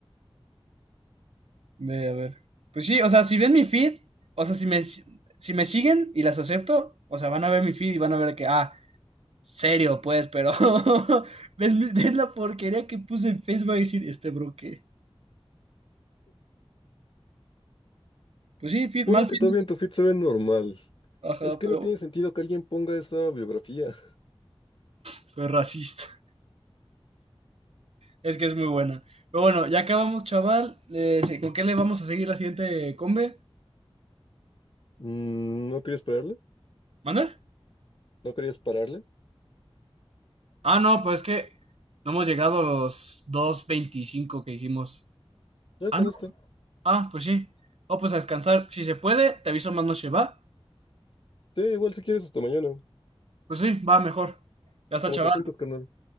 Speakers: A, on the right; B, on the left.
A: Ve, a ver. Pues sí, o sea, si ven mi feed, o sea, si me, si me siguen y las acepto, o sea, van a ver mi feed y van a ver que, ah, serio, pues, pero <laughs> ves, mi- ves la porquería que puse en Facebook a decir, este bro, ¿qué? Pues sí, feed-
B: Ponle
A: mal
B: que
A: feed.
B: todavía
A: no te-
B: en tu fit se ve normal.
A: Ajá,
B: Es que
A: pero
B: no tiene
A: bueno,
B: sentido que alguien ponga esa biografía.
A: soy racista. <laughs> Es que es muy buena. Pero bueno, ya acabamos, chaval. Eh, sí, ¿con qué le vamos a seguir la siguiente combe?
B: Mm, ¿No querías pararle?
A: ¿Manda?
B: ¿No querías pararle?
A: Ah, no, pues es que no hemos llegado a los dos veinticinco que dijimos.
B: Ya
A: Ah,
B: con esta.
A: Ah, pues sí. Oh, pues a descansar. Si se puede, te aviso más noche, ¿va?
B: Sí, igual si quieres hasta mañana.
A: Pues sí, va mejor. Ya está,
B: Como
A: chaval.
B: te sientes, carnal.